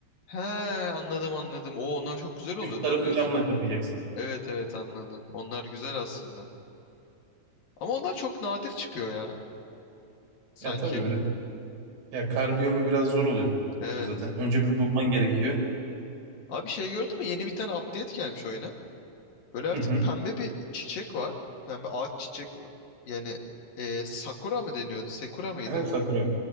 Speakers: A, on the left (about 65°); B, on the right (about 90°).
A: He anladım anladım. Oo onlar çok güzel oluyor
B: üst
A: doğru
B: tarafı
A: diyorsun.
B: camla kapayacaksın.
A: Evet evet anladım. Onlar güzel aslında. Ama onlar çok nadir çıkıyor ya sanki.
B: Ya tabii biraz ya kar biyomu biraz zor oluyor
A: Evet.
B: zaten. Önce bir bulman gerekiyor.
A: Abi şey gördün mü? Yeni bir tane update gelmiş oyuna. Böyle artık
B: Hı hı.
A: pembe bir çiçek var. Pembe ağaç çiçek. Yani e, sakura mı deniyordu? Sekura mıydı?
B: Ha, Sakura.